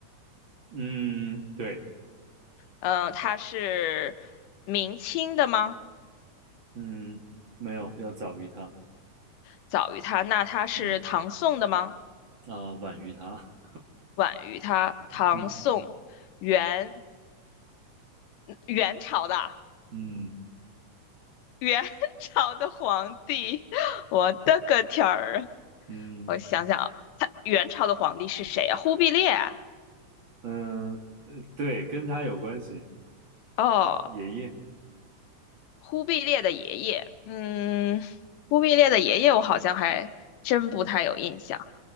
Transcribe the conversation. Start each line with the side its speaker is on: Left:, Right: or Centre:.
Right: 嗯，对，
Left: 嗯、他是明清的吗？
Right: 嗯，没有，要早于他，
Left: 早于他，那他是唐宋的吗？
Right: 嗯，啊、晚于他，
Left: 晚于他，
Right: <laughs>
Left: 唐宋元
Right: 嗯
Left: 元朝的
Right: 嗯
Left: 元 <laughs> 朝的皇帝，我的个天儿啊！
Right: 嗯
Left: 我想想啊，他元朝的皇帝是谁啊？忽必烈啊
Right: 嗯，对，跟他有关系，
Left: 哦，
Right: 爷爷。
Left: 忽必烈的爷爷，嗯，忽必烈的爷爷我好像还真不太有印象。